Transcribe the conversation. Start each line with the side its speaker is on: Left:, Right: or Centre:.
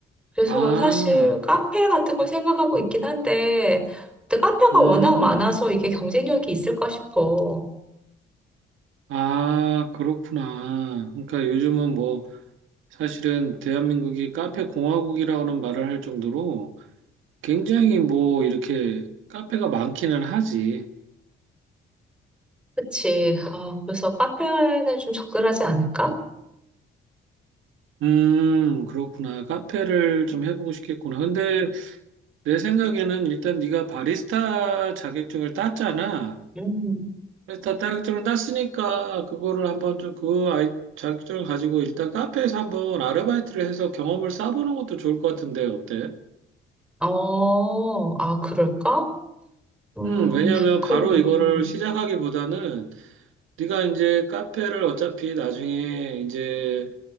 Centre: 그래서
Right: 아,
Centre: 사실 카페 같은 걸 생각하고 있긴 한데, 근데 카페가
Right: 음.
Centre: 워낙 많아서 이게 경쟁력이 있을까 싶어.
Right: 아, 그렇구나. 그러니까 요즘은 뭐 사실은 대한민국이 카페 공화국이라는 말을 할 정도로 굉장히 뭐 이렇게 카페가 많기는 하지.
Centre: 그치. 아, 그래서 카페는 좀 적절하지 않을까?
Right: 음, 그렇구나. 카페를 좀 해보고 싶겠구나. 근데 내 생각에는 일단 네가 바리스타 자격증을 땄잖아.
Centre: 음.
Right: 바리스타 자격증을 땄으니까 그거를 한번 좀 그 아이 자격증을 가지고 일단 카페에서 한번 아르바이트를 해서 경험을 쌓아보는 것도 좋을 것 같은데 어때?
Centre: 어, 아, 그럴까? 음,
Right: 음, 왜냐면
Centre: 그,
Right: 바로
Centre: 음,
Right: 이거를 시작하기보다는 네가 이제 카페를 어차피 나중에 이제